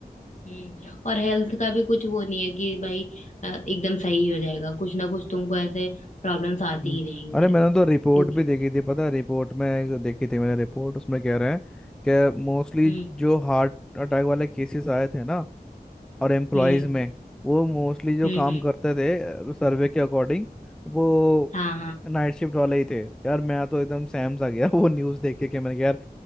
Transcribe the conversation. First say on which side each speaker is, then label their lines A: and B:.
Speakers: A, on the left; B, in the centre.
A: हम्म, और हेल्थ का भी कुछ वो नहीं है कि भाई अ, एकदम सही हो जाएगा कुछ ना कुछ तुमको ऐसे प्रॉब्लम्स आती
B: हम्म।
A: ही रहेंगी
B: अरे मैंने तो रिपोर्ट
A: क्योंकि
B: भी देखी थी पता है, रिपोर्ट में एक देखी थी मैंने रिपोर्ट उसमें कह रहे हैं कि मोस्टली
A: हम्म
B: जो हार्ट अटैक वाले केसेस आए थे ना और एम्प्लॉयज
A: हम्म
B: में वो मोस्टली जो
A: हम्म
B: काम
A: हम्म,
B: करते थे सर्वे के अकॉर्डिंग वो
A: हाँ हाँ
B: नाइट शिफ्ट वाले ही थे यार मैं तो एकदम सैम आ गया <laughs> वो न्यूज़ देख के कि मैंने कहा यार